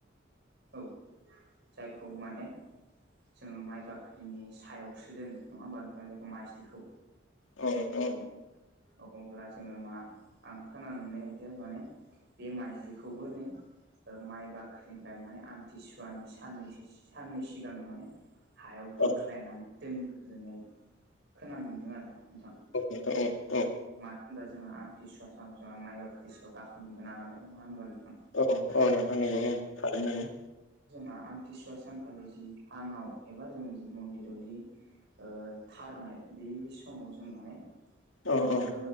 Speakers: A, on the right (about 65°); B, on the left (about 90°).
A: औ जायखौ माने जोङो माइ बाख्रिनि सायावसो दोनो नङा होमबा नोंथां जायखौ माइज्लिखौ
B: औ नोंथां औ
A: औ-औ अब्ला जोङो मा आं खोनानो मोननाय बायदि आरो माने बे माइज्लिखौबोनो ओ माइ बाख्रिनिफ्राय माने आमथिसुवानि साननैसो साननै सिगांनो माने हायाव बोख्लायनानै
B: औ
A: दोनग्रोनाय खोनानो मोनदों आरोना नोंथां।
B: औ नोंथां औ-औ
A: मानो होनबा जोंहा आमथिसुवा सानाव जोंहा माइ बाख्रि सायाव गाखोनो मोना नालाय नङा होनबा नोंथां।
B: औ-औ नोंथां नंगौ औ थारैनो नंगौ।
A: जोंहा आमथिसुवा सानखालि जि सानाव एबा जोंनि जि मन्दिराव जि ओ‌ थारनाय बे समाव जों माने
B: औ औ
A: ओ